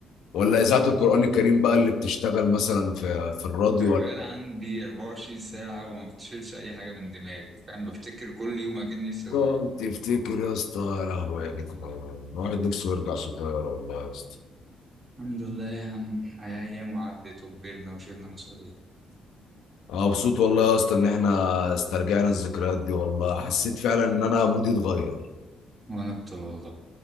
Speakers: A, on the left; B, on the right.
A: ولا اذاعه القران الكريم بقى اللي بتشتغل مثلا في في الراديو
B: شغال
A: ولا
B: عندي 24 ساعة وما بتشيلش أي حاجة من دماغي فاهم بفتكر كل يوم أكني لسه
A: تقعد
B: صغير
A: تفتكر يا اسطى يا لهوي يا جدعان الواحد نفسه يرجع صغير والله يا اسطى
B: الحمد لله يا عم أيام وعدت وكبرنا وشلنا مسؤولية
A: اه مبسوط والله يا اسطى ان احنا استرجعنا الذكريات دي والله حسيت فعلا ان انا مودي اتغير
B: وأنا أكتر والله